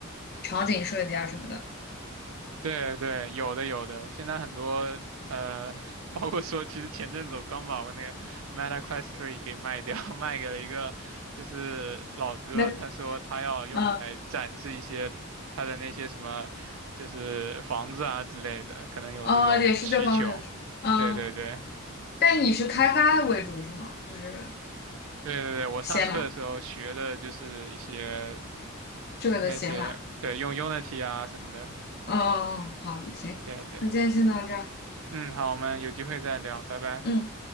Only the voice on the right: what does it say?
对对，有的有的，现在很多呃，<laughs> 包括说，其实前阵子我刚把我那个 Meta Quest 3给卖掉，<laughs> 卖给了一个就是老哥，
他说他要用来展示一些他的那些什么，
就是房子啊之类的，可能有这种需求。
对对对
对对对，我上课的时候学的就是一些
那些，对，用 Unity 啊什么的。
对对，
嗯，好，我们有机会再聊，拜拜。